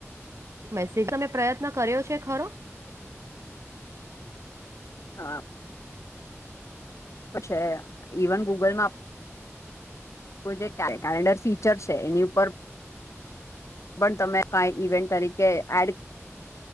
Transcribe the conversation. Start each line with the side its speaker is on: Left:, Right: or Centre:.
Right: મેસેજ તમે પ્રયત્ન કર્યો છે ખરો?
Left: હા. તો છે, ઇવન ગૂગલમાં પ્રોજેક્ટ આવે, કેલેન્ડર ફીચર છે એની ઉપર પણ તમે કઈ ઇવેન્ટ તરીકે એડ